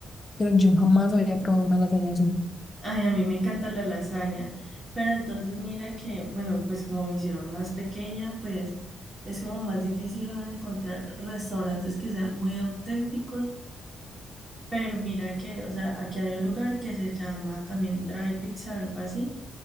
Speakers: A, on the left; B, on the right.
A: Pero yo jamás había probado una lasaña así.
B: Ay, a mí me encanta la lasaña, pero entonces mira que, bueno, pues como mi ciudad más pequeña, pues es como más difícil encontrar restaurantes que sean muy auténticos pero mira que, o sea, aquí hay un lugar que se llama también Dry Pizza, algo así,